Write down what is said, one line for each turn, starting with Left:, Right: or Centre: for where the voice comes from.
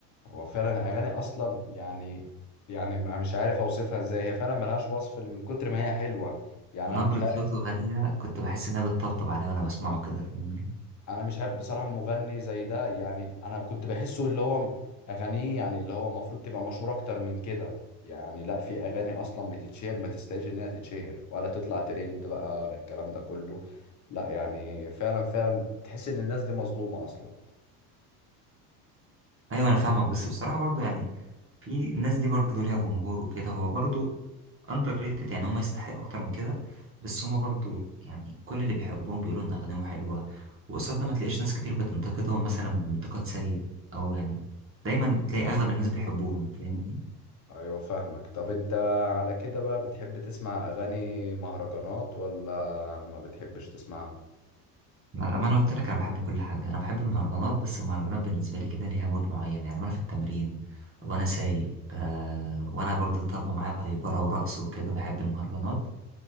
Left: هو فعلا اغاني اصلا يعني يعني ما- مش عارف اوصفها ازاي هي فعلا ملهاش وصف من كتر ما هي حلوه يعني
Right: نبرة
Left: انا مش عارف
Right: صوته هادية كنت بحس انها بتطبطب عليا وانا بسمعه كده فاهمني
Left: انا مش عارف بصراحه مغني زي ده يعني انا كنت بحسه اللي هو اغانيه يعني اللي هو المفروض تبقى مشهوره اكتر من كده يعني لا في اغاني اصلا بتتشهر ما تستاهلش ان هي تتشهر ولا تطلع ترند بقى ولا الكلام ده كله لا يعني فعلا فعلا بتحس ان الناس دي مظلومه اصلا
Right: ايوه انا فاهمك بس بصراحه برضو يعني في الناس دي برضو ليها جمهور وكده هو برضو اندر ريتد يعني هم يستحقوا اكتر من كده بس هم برضو يعني كل اللي بيحبوهم بيقولوا ان اغانيهم حلوه وقصاد ده ما تلاقيش ناس كتير بتنتقدهم مثلا بانتقاد سيء او يعني دايما تلاقي اغلب الناس بيحبوهم فاهمني
Left: ايوه فاهمك طب انت على كده بقى بتحب تسمع اغاني مهرجانات ولا ما بتحبش تسمعها
Right: ما ما انا قلت لك انا بحب كل حاجه انا بحب المهرجانات بس المهرجانات بالنسبه لي كده ليها مود معين يعني وانا في التمرين وانا سايق آه وانا برضو طالبه معايا بهيبره ورقص وكده بحب المهرجانات